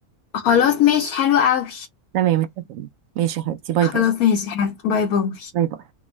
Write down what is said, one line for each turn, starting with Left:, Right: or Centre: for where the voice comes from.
Left: خلاص ماشي حلو قوي
Right: تمام اتفقنا ماشي يا حبيبتي باي
Left: خلاص
Right: باي
Left: ماشي حلو. باي باي
Right: باي باي